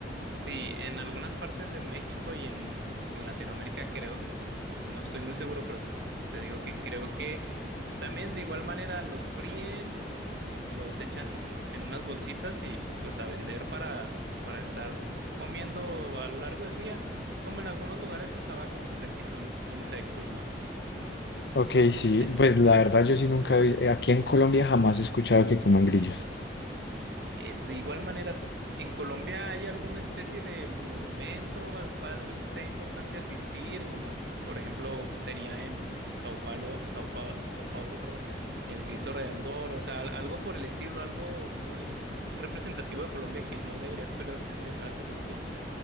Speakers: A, on the right; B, on the left.
A: Sí, en algunas partes de México y en, en Latinoamérica creo, no estoy muy seguro, pero te digo que creo que también de igual manera los fríen, los echan en unas bolsitas y pues a vender para, para estar comiendo a lo largo del día. Como en algunos lugares el tabaco, pues aquí son insectos, ¿no?
B: Ok, sí,
A: De,
B: pues la verdad yo sí nunca he vi- eh, aquí en Colombia jamás he escuchado que coman grillos.
A: Eh, de igual manera, ¿en Colombia hay alguna especie de monumento al cual sea importante asistir? Como por ejemplo sería en Sao Paulo, Sao Pa- Sao Paulo, perdón, el Cristo Redentor, o sea, al- algo por el estilo, algo muy representativo de Colombia que no deberías perderte si viajaras a Colombia.